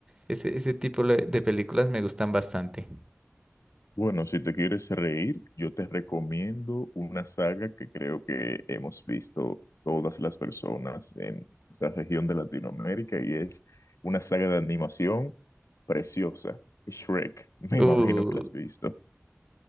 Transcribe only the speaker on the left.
Bueno, si te quieres reír, yo te recomiendo una saga que creo que hemos visto todas las personas en esta región de Latinoamérica y es una saga de animación preciosa, Shrek. <laughs> Me
imagino que la has visto.